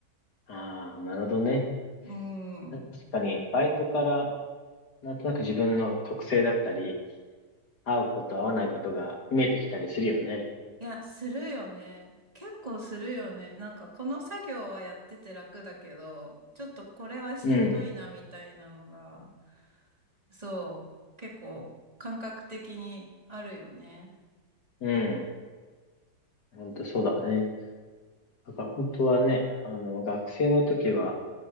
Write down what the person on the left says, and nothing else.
ああ、なるほどね。
確かに、バイトから、なんとなく自分の特性だったり、合うこと、合わないことが見えてきたりするよね。
うん、
うん。本当そうだね。だから本当はね、あの、学生の時は、